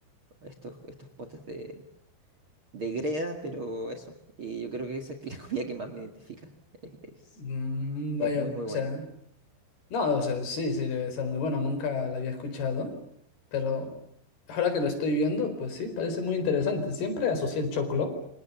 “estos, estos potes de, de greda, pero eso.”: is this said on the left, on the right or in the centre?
Right